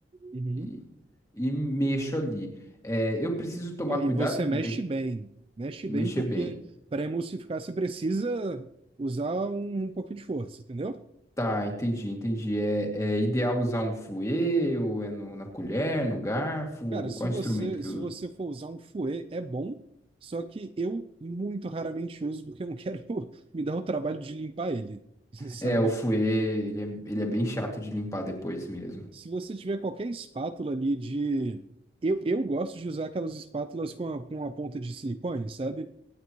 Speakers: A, on the right; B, on the left.
A: Uhum.
B: e, e mexo ali. É, eu preciso tomar
A: Ó, e
B: cuidado
A: você
B: com
A: mexe
B: o tempo,
A: bem. Mexe
B: mexer
A: bem porque
B: bem.
A: para emulsificar você precisa usar um, um pouco de força, entendeu?
B: Tá, entendi, entendi. É, é ideal usar um fouet, ou é no- na colher, no garfo?
A: Cara, se
B: Qual
A: você,
B: instrumento que
A: se
B: eu uso?
A: você for usar um fouet, é bom, só que eu muito raramente uso porque eu não quero <laughs> me dar o trabalho de limpar ele, <laughs> sabe?
B: É, o fouet, ele é, ele é bem chato de limpar depois mesmo.
A: Se você tiver qualquer espátula ali de... Eu, eu gosto de usar aquelas espátulas com a, com a ponta de silicone, sabe?